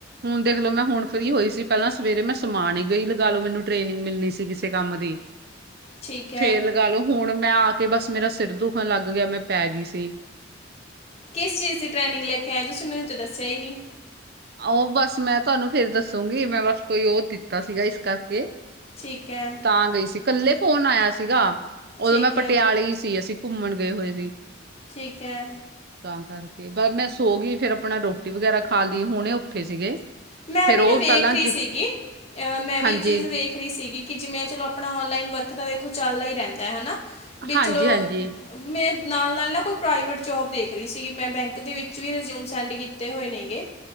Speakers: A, on the right; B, on the left.
A: ਹੁਣ ਦੇਖਲੋ ਮੈਂ ਹੁਣ ਫਰੀ ਹੋਈ ਸੀ ਪਹਿਲਾਂ ਸਵੇਰੇ ਮੈਂ ਸਮਾਨ ਹੀ ਗਈ ਲਗਾ ਲਓ ਮੈਨੂੰ ਟ੍ਰੇਨਿੰਗ ਮਿਲਣੀ ਸੀਗੀ। ਕੰਮ ਦੀ।
B: ਠੀਕ ਹੈ
A: ਫੇਰ ਲਗਾ ਲੋ ਹੁਣ ਮੈਂ ਆ ਕੇ ਬਸ ਮੇਰਾ ਸਿਰ ਦੁਖਣ ਲੱਗ ਗਿਆ ਮੈਂ ਪੈ ਗੀ ਸੀ।
B: ਕਿਸ ਚੀਜ਼ ਦੀ ਟ੍ਰੇਨਿੰਗ ਲੈ ਕੇ ਆਏ ਤੁਸੀਂ ਮੈਨੂੰ ਤਾਂ ਦੱਸਿਆ ਹੀ ਨੀ।
A: ਉਹ ਬਸ ਮੈਂ ਤੁਾਨੂੰ ਫੇਰ ਦੱਸੂਗੀ ਮੈਂ ਬਸ ਕੋਈ ਉਹ ਦਿੱਤਾ ਸੀਗਾ ਇਸ ਕਰਕੇ।
B: ਠੀਕ ਏ।
A: ਤਾਂ ਗਈ ਸੀ, ਇਕੱਲੇ ਫੋਨ ਆਇਆ ਸੀਗਾ, ਉਦੋਂ
B: ਠੀਕ
A: ਮੈਂ ਪਟਿਆਲੇ
B: ਹੈ
A: ਹੀ ਸੀ, ਅਸੀਂ ਘੁੰਮਣ ਗਏ ਹੋਏ ਸੀ।
B: ਠੀਕ ਐ।
A: ਤਾਂ ਕਰਕੇ ਬ ਮੈਂ ਸੋ ਗਈ, ਫੇਰ ਆਪਣਾ ਰੋਟੀ ਵਗੈਰਾ ਖਾ ਲਈ, ਹੁਣੇ ਉੱਠੇ ਸੀਗੇ।
B: ਮੈਂ
A: ਫੇਰ
B: ਵੀ
A: ਉਹ
B: ਨਾ ਵੇਖ
A: ਪਹਿਲਾਂ
B: ਰਹੀ
A: ਜ
B: ਸੀਗੀ, ਅਹ ਮੈਂ
A: ਹਾਂਜੀ,
B: ਵੀ ਇਹ ਚੀਜ਼ ਵੇਖ ਰਹੀ ਸੀਗੀ ਕਿ ਜਿਵੇਂ ਚਲੋਂ ਆਪਣਾ ਔਨਲਾਈਨ ਵਰਕ ਤਾਂ ਦੇਖੋ ਚੱਲਦਾ ਹੀ ਰਹਿੰਦਾ, ਹਨਾਂ ਵੀ
A: ਹਾਂਜੀ-ਹਾਂਜੀ,
B: ਚਲੋਂ ਮੈਂ ਨਾਲ ਨਾਲ ਨਾ ਕੋਈ ਪ੍ਰਾਈਵੇਟ ਜੋਬ ਦੇਖ ਰਹੀ ਸੀਗੀ, ਮੈਂ ਬੈਂਕ ਦੇ ਵਿੱਚ ਵੀ ਰਿਜ਼ਿਊਮ ਸੈਂਡ ਕੀ ਤੇ ਹੋਏ ਨੇ ਗੇ,